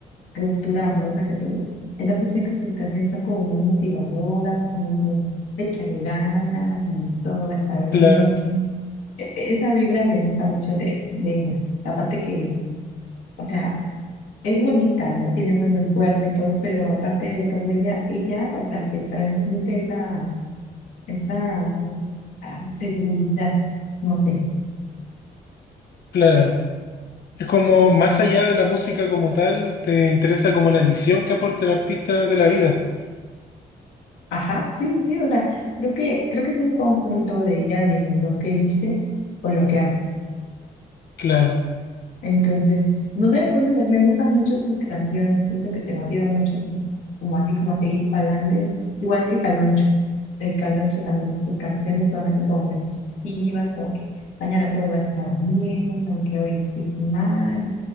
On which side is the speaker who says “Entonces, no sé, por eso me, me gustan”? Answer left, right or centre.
Left